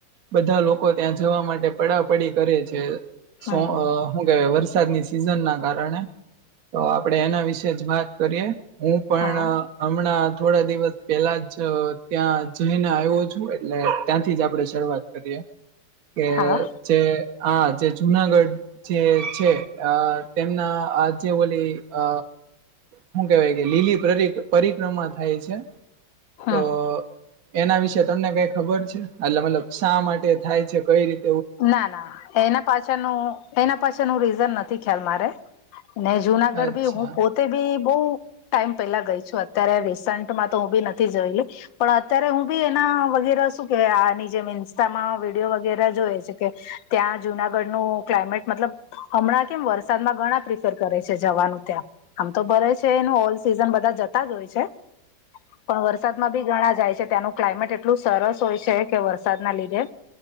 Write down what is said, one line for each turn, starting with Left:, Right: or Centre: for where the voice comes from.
Right: બધા લોકો ત્યાં જવા માટે પડાપડી કરે છે
Left: હમ
Right: સો અ હુ કે વરસાદની સિઝન ના કારણે તો આપડે એના વિશે જ વાત કરીએ. હું પણ
Left: હા
Right: હમણાં થોડા દિવ પેલા જ ત્યાં જઈને આયવો છું એટલે ત્યાંથી જ આપણે શરૂઆત કરીએ. કે
Left: હા
Right: જે આ જે જુનાગઢ જે છે અ તેમના આજે ઓલી અ હું કેવાય કે લીલી પરીક પરિક્રમા થાય છે.
Left: હમ
Right: તો એના વિશે તમને કાઈ ખબર છે એટલે મલબ શા માટે થાય છે કઈ રી
Left: ના ના એના પાછળનું એના પાછળ નું રીઝન નથી ખ્યાલ મારે ને જુનાગઢ
Right: અચ્છા
Left: ભી હું પોત તે બી બહું ટાઈમ પેલા ગઈ છું અત્યારે રિસન્ટમાં તો હું બી નથી જોયલી. પણ અત્યારે હું બી એના વગેરે શું કે આ આની જેમ ઇન્સ્ટામાં વિડીયો વગેરે જોએ જગ્યે ત્યાં જુનાગઢ નું ક્લાઇમેટ મતલબ હમણાં કેમ વરસાદમાં ઘણા પ્રિફર કરે છે જવાનું ત્યાં આમ તો ભરે છે એનું ઓલ સિઝન બધા જતા જ હોય છે.
Right: <inaudible>
Left: પણ વરસાદમાં બી ઘણા જાય છે ત્યાંનું ક્લાઇમેટ એટલું સરસ હોય છે કે વરસાદના લીધે